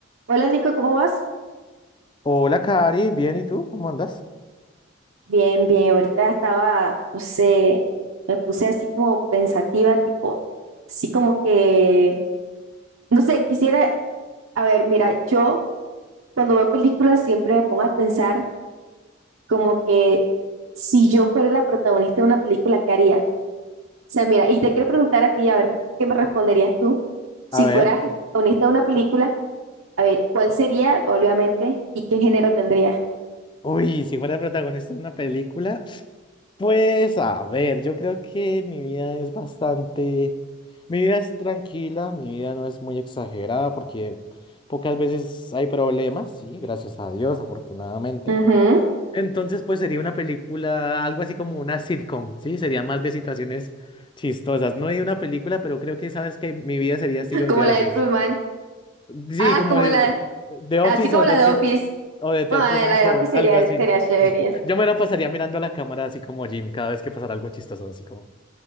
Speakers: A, on the right (about 85°); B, on the left (about 25°).
A: Hola Nico, ¿cómo vas?
B: Hola, Cari, bien, ¿y tú? ¿Cómo andas?
A: Bien, bien. Ahorita estaba, no sé, me puse así como pensativa, tipo, así como que, no sé, quisiera, a ver, mira, yo cuando veo películas siempre me pongo a pensar como que si yo fuera la protagonista de una película, ¿qué haría? O sea, mira, y te quiero preguntar a ti, a ver, ¿qué me responderías tú? Si
B: A ver,
A: fueras el protagonista de una película, a ver, ¿cuál sería, obviamente, y qué género tendría?
B: uy, si fuera protagonista de una película, pues a ver, yo creo que mi vida es bastante, mi vida es tranquila, mi vida no es muy exagerada porque pocas veces hay problemas, sí, gracias a Dios, afortunadamente.
A: Ujú,
B: Entonces, pues sería una película, algo así como una sitcom, sí, sería más de situaciones chistosas, no hay una película, pero creo que sabes que mi vida sería estilo
A: Como
B: The
A: la
B: Office.
A: de Truman.
B: Sí,
A: Ah,
B: como
A: como
B: de
A: la,
B: The Office
A: así como
B: o
A: la
B: The
A: de
B: Tru-
A: Office.
B: o de The
A: Ay,
B: Truman
A: la
B: Show,
A: de Office
B: algo
A: sería,
B: así.
A: sería chévere.
B: Yo, yo me la pasaría mirando a la cámara así como Jim, cada vez que pasara algo chistoso, así como